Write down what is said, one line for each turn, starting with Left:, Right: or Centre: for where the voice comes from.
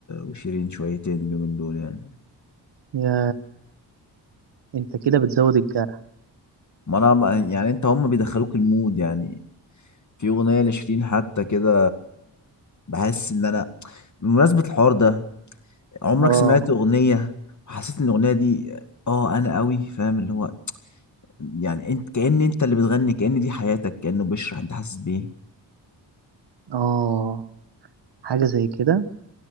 Left: وشيرين شويتين اليومين دول يعني
Right: يا انت كده بتزود الجرح
Left: ما انا ما- يعني انت هم بيدخلوك المود يعني في اغنيه لشيرين حتى كده بحس ان انا بمناسبه الحوار ده عمرك
Right: اه
Left: سمعت اغنيه وحسيت ان الاغنيه دي اه انا قوي فاهم اللي هو يعني انت كأن انت اللي بتغني كأن دي حياتك كأنه بيشرح انت حاسس بايه
Right: اه حاجه زي كده